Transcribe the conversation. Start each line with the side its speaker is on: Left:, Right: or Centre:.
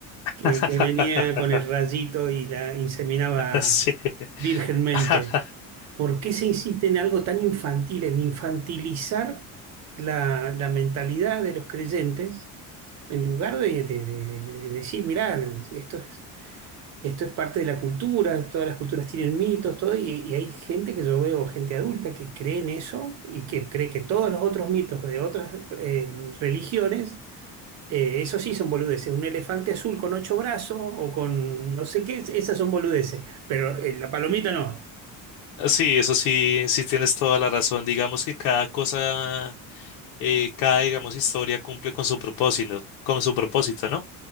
Left: <laughs>
Right: que, que venía con el rayito y la inseminaba
Left: Sí.
Right: virgenmente.
Left: <laughs>
Right: ¿Por qué se insiste en algo tan infantil, en infantilizar la, la mentalidad de los creyentes, en lugar de, de- de- de- de decir, mirá, esto es, esto es parte de la cultura, todas las culturas tienen mitos, todo, y, y hay gente que yo veo, gente adulta, que cree en eso y que cree que todos los otros mitos de otras eh, religiones, eh, eso sí son boludeces, un elefante azul con ocho brazos o con no sé qué, esas son boludeces, pero eh, la palomita no.
Left: Sí, eso sí, sí tienes toda la razón. Digamos que cada cosa, eh, cada, digamos, historia cumple con su propósito, con su propósito, ¿no?